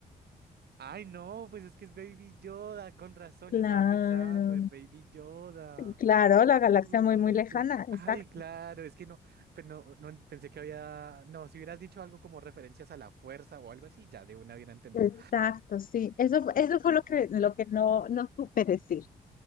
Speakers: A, on the right; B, on the left.
A: Ay, no, pues es que es Baby Yoda, con razón,
B: Claro,
A: yo estaba pensando, es Baby Yoda.
B: claro, la galaxia
A: Obviamente.
B: muy, muy lejana,
A: Ay,
B: exacto.
A: claro, es que no, pero no, no pensé que había, no, si hubieras dicho algo como referencias a la fuerza o algo así, ya de una hubiera entendido.
B: Exacto, sí. Eso, fue- eso fue lo que, lo que no, no supe decir.